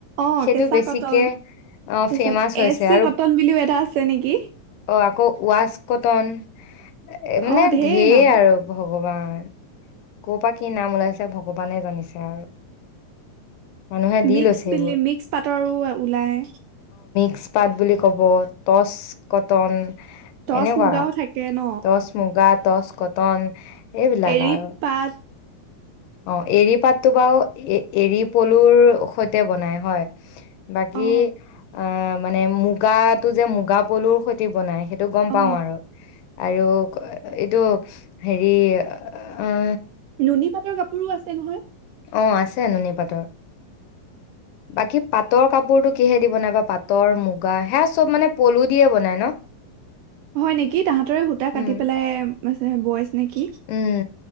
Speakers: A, on the right; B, on the left.
A: অ
B: সেইটো
A: কেঁচা
B: বেছিকে
A: কটন তাৰপিছত
B: ফেমাচ হৈছে
A: এছ চি
B: আৰু
A: কটন বুলিও এটা আছে নেকি
B: অ' আকৌ ৱাচ কটন এ মানে
A: অ ঢেৰ
B: ধেৰ
A: নাম
B: আৰু ভগৱান ক' পৰা কি নাম ওলাইছে ভগৱানে জানিছে আৰু! মানুহে দি
A: মিক্স
B: লৈছে এইবোৰ
A: বিল মিক্স পাতৰো ওলায়।
B: এক্সপাৰ্ট বুলি ক'ব। টচ কটন,
A: টচ
B: এনেকুৱা
A: মুগাও থাকে ন?
B: টচ মুগা টচ কটন এইবিলাক
A: এৰিপাত
B: আৰু অ' এৰী পাতটো বাৰু এ এৰী পলুৰ সৈতে বনাই হয়। বাকী
A: অ
B: অ ' মানে মুগাত টো যে মুগা পলুৰ সৈতে বনাই সেইটো গম
A: অ
B: পাও আৰু। আৰু এইটো হেৰি এ
A: নুনী পাটৰ কাপোৰো আছে নহয়
B: অ' আছে নুনী পাটৰ বাকী পাটৰ কাপোৰতটো কিহে দিব নাইবা পাটৰ মুগা সাজ চব মানে পলু দিয়ে বনাই ন
A: হয় নেকি? তাহতৰে সূতা
B: উম
A: কাটি পেলাই বয় নেকি?
B: উম